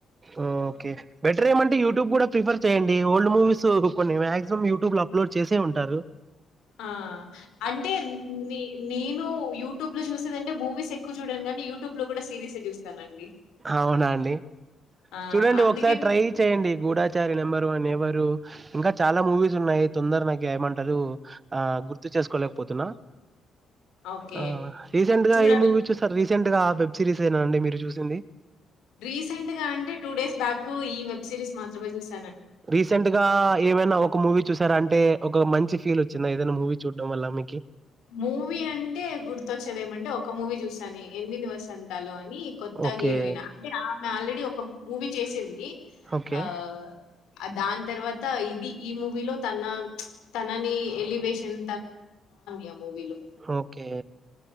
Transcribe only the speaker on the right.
ఓ ఓకే బెటరేమంట యూట్యూబ్ కూడా ప్రిఫర్ చేయండి ఓల్డ్ మూవీస్ కొన్ని మాక్సిమం యూట్యూబ్ లో అప్లోడ్ చేసే ఉంటారు
అవునా అండి
చూడండి
ఒకసారి ట్రై చేయండి గూఢచా గూఢచారి నెంబర్ వన్ ఎవరు ఇంకా చాలా మూవీస్ ఉన్నాయి తొందర నాక్ ఏమంటారు ఆ గుర్తు చేసుకోలేకపోతున్నా
అ రీసెంట్ గా
ఏ మూవీ చూసారు రీసెంట్ గా ఆ వెబ్ సిరీస్ ఏనా అండి మీరు చూసింది
రీసెంట్ గా ఏవైనా ఒక మూవీ చూసారా అంటే ఒక మంచి ఫీల్ వచ్చిందా ఏదైనా మూవీ చూడడం వల్ల మీకి
ఓకే
ఓకే
ఓకే